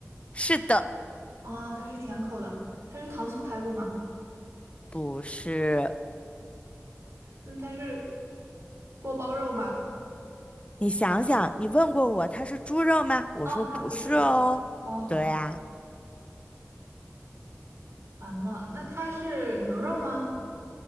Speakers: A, on the left (about 25°); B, on the right (about 60°).
A: 是的，
B: 啊，它是甜口的，它是糖醋排骨吗？
A: 不是。
B: 那它是锅包肉吗？
A: 你想想，你问过我它是猪肉吗？我说不是哦。
B: 哦，它不是。哦，
A: 对呀，
B: 完了，那它是牛肉吗？